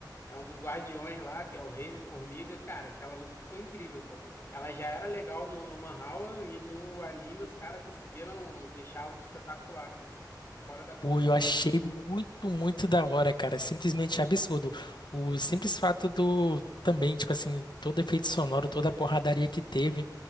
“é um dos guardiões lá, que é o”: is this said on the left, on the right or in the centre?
Left